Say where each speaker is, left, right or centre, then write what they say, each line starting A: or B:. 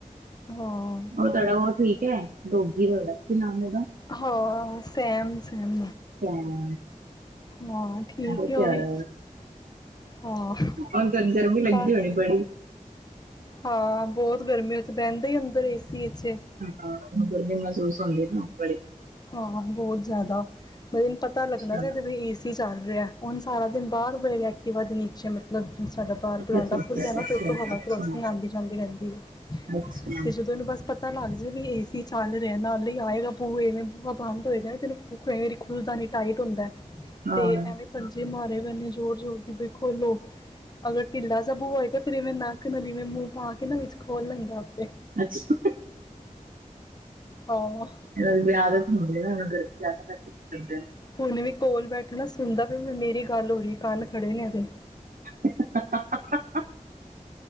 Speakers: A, on the left (about 30°); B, on the right (about 90°).
A: ਹਾਂ
B: ਉਹ ਤੁਹਾਡਾ ਬਹੁਤ ਠੀਕ ਹੈ ਡੋਗੀ ਤੁਹਾਡਾ ਕੀ ਨਾਮ ਉਹਦਾ
A: ਹ ਸੈਮ ਸੈਮ
B: ਸੈਮ
A: ਹਾਂ ਠੀਕ
B: ਬਹੁਤ ਪਿਆਰਾ
A: ਉਹ ਵੀ ਹਾਂ
B: ਹੁਣ ਤੁਹਾਨੂੰ ਗਰਮੀ ਲੱਗਦੀ
A: ਬਸ
B: ਹੋਣੀ ਬੜੀ
A: ਹਾਂ ਬਹੁਤ ਗਰਮੀ ਉਥ ਬਹਿੰਦਾ ਹੀ ਅੰਦਰ ਏ ਸੀ ਵਿਚੇ
B: ਹਾਂ ਗਰਮੀ ਮਹਿਸੂਸ ਹੁੰਦੀ ਬੜੀ
A: ਹਾਂ ਬਹੁਤ ਜ਼ਿਆਦਾ ਮਤਲਬਨੂੰ ਪਤਾ ਲੱਗ
B: ਅੱਛਾ
A: ਨਾ ਚਦਾ ਵੀ ਏਸ ਚੱਲ ਰਿਹਾ ਹੁਣ ਸਾਰਾ ਦਿਨ ਬਾਹਰ ਬੜੇ ਐਕਟਿਵਾ ਦਿ ਨਚੇ ਮਤਲਬ ਜਿ ਸਾਡਾ ਬਾਹਰ ਬਲਾਂਡਾ
B: ਅੱਛਾ ਅੱਛਾ
A: ਖੁੱਲ੍ਹਿਆ ਨਾ ਅਤੇ ਉੱਥੋਂ ਹਵਾ
B: ਅੱਛਾ
A: ਕਰੋਸਿੰਗ ਆਉਂਦੀ ਜਾਂਦੀ ਰਹਿੰਦੀ ਹੈ
B: ਅੱਛਾ
A: ਤੇ ਜਦੋਂ ਇਹਨੂੰ ਬਸ ਪਤਾ ਲੱਗ ਜਾਏ ਵੀ ਏਸੀ ਚੱਲ ਰਿਹਾ ਨਾਲ ਹੀ ਆਏਗਾ ਭੂ ਐਵੇਂ ਬੰਦ ਹੋਏਗਾ ਨਾ ਤੈਨੂੰ ਵਾਰੀ ਖੁਲਦਾ ਨੀ ਟਾਈਟ ਹੁੰਦਾ
B: ਹਾਂ
A: ਤੇ ਐਵੇਂ ਪੰਜੇ ਮਾਰੇ ਗ ਜ਼ ਜੋਰ ਜੋੋਰ ਦੀ ਵੀ ਖੋਲੋ ਅਗਰ ਢਿੱਲਾ ਸ ਬੂ ਤੇ ਫੇਿਰ ਇਵੇਂ ਨੱਕ ਨਾਲਦੀਿਵੇਂ ਮੂੰਹ ਪਾ ਕੇ ਨਾ ਵਿੱਚ ਖੋਲ ਲੈਂਦਾ ਆਪੇ
B: ਅੱਛਾ
A: ਹਾਂ।
B: ਕਈ ਦੀ ਆਦਤ ਹੁੰਦੀ ਐ ਨਾ <unintelligible> ਸੁਤੀ ਦੀ ਆਂ।
A: ਹੁਨੇ ਵੀ ਕੋਲ ਬੈਠਾ ਨਾ ਸੁਨਦਾ ਪੇਆ ਵੀ ਮੇਰੀ ਗੱਲ ਹੋ ਰੀ, ਕੰਨ ਖੜੇ ਨੇ ਏਦੇ।
B: <unintelligible>